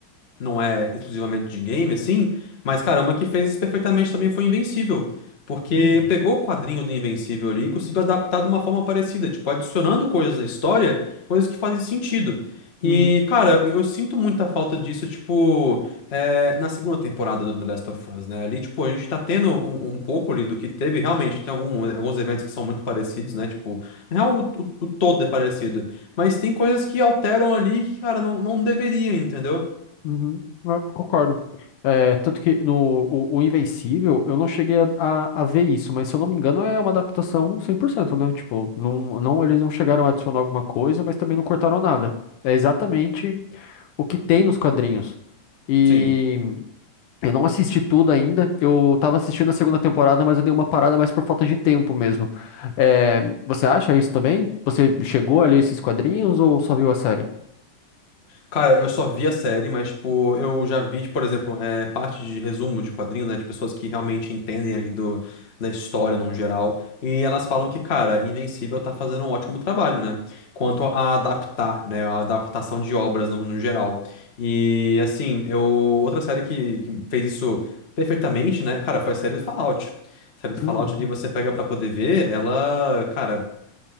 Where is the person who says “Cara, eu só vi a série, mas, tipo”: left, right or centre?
Left